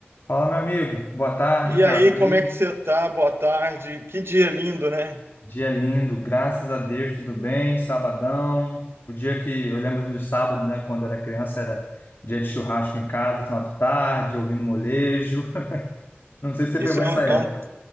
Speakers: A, on the left; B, on the right.
A: Fala, meu amigo. Boa tarde,
B: E
A: cara.
B: aí,
A: E
B: como
A: aí?
B: é que você tá? Boa tarde. Que dia lindo, né?
A: Dia lindo, graças a Deus, tudo bem? Sabadão. O dia que eu lembro do sábado, né? Quando eu era criança, era dia de churrasco em casa, final de tarde, ouvindo molejo. <laughs> Não sei se você
B: Isso
A: pegou
B: é
A: essa
B: um,
A: época.
B: é um,